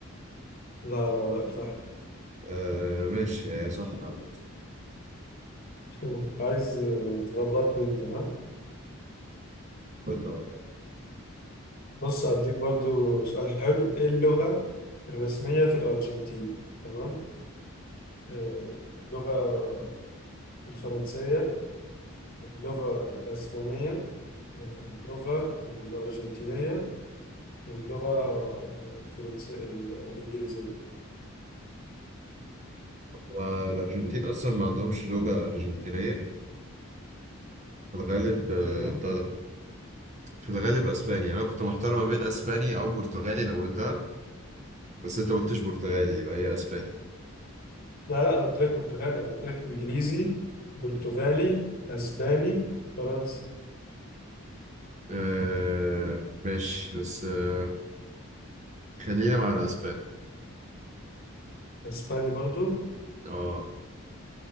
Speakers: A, on the left; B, on the right.
A: لا لا لا الفهم
B: آه ماشي يعني صح عامة
A: <laughs> عايز آه، تغلطني انت ها
B: قلنا والله
A: بص هديك برضو سؤال حلو ايه اللغة الرسمية في الأرجنتين تمام آه، اللغة الفرنسية اللغة الأسبانية آه، اللغة الأرجنتينية اللغة الفرنسية الإنجليزية
B: والأرجنتين أصلا ما عندهمش لغة أرجنتينية في الغالب
A: تمام
B: آه، بتاع ده في الغالب أسباني يعني أنا كنت محتار ما بين أسباني أو برتغالي لو قلتها بس أنت قلتش برتغالي يبقى هي أسباني
A: لا لا أنا قلت لك برتغالي أنا قلت لك إنجليزي برتغالي أسباني فرنسي
B: آه ماشي بس آه خلينا مع الأسباني
A: أسباني برضو
B: اه